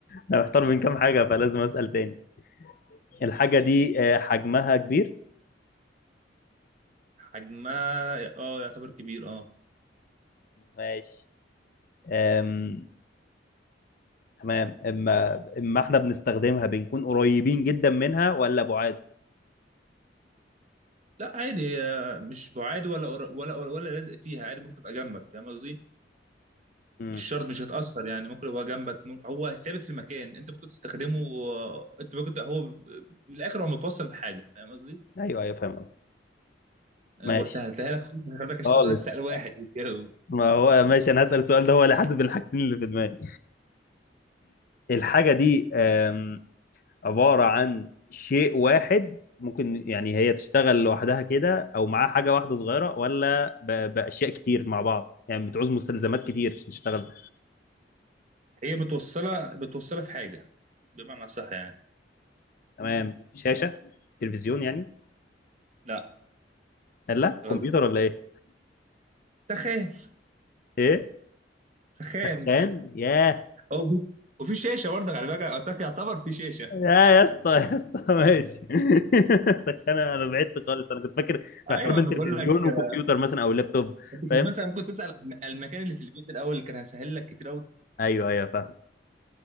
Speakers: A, on the left (about 50°); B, on the right (about 40°).
A: أنا محتار بين كام حاجة فلازم أسأل تاني الحاجة دي آه، حجمها كبير
B: حجمها اه يعتبر كبير اه
A: ماشي أم... تمام اما اما احنا بنستخدمها بنكون قريبين جدا منها ولا بعاد
B: لا عادي هي مش بعاد ولا قر- ولا ولا لازق فيها عادي ممكن تبقى جنبك فاهم قصدي
A: امم
B: مش شرط مش هتأثر يعني ممكن يبقى جنبك مم- هو ثابت في مكان انت ممكن تستخدمه آه، انت ممكن ت- هو ب- ب- بالاخر هو متوصل في حاجه فاهم قصدي؟
A: ايوه ايوه فاهم قصدي
B: آه،
A: ماشي
B: وسهلتها لك خليك عشان
A: خالص
B: تبقى سأل واحد يتجاوب
A: ما هو ماشي انا هسأل السؤال ده هو اللي حدد بين الحاجتين اللي في دماغي الحاجة دي أم... عبارة عن شيء واحد ممكن يعني هي تشتغل لوحدها كده او معاها حاجة واحدة صغيرة ولا ب... بأشياء كتير مع بعض يعني بتعوز مستلزمات كتير عشان تشتغل
B: هي متوصله متوصله في حاجه بمعنى صح يعني
A: تمام شاشة تلفزيون يعني
B: لا
A: لا
B: غلط
A: كمبيوتر ولا ايه
B: تخان
A: ايه
B: تخان
A: سخان ياه
B: هو في- وفي شاشه برضك على فكره أعتقد يعتبر في شاشه
A: يا يا اسطى يا اسطى ماشي <laughs> سخان انا بعدت خالص انا كنت فاكر محتار
B: ايوه
A: بين
B: انا
A: تلفزيون
B: بقول لك
A: وكمبيوتر
B: آه،
A: مثلا او لابتوب
B: انت كنت
A: فاهم
B: مثلا ممكن تسال عن المكان اللي في البيت الاول اللي كان هسهل لك كتير قوي
A: ايوه ايوه فاهم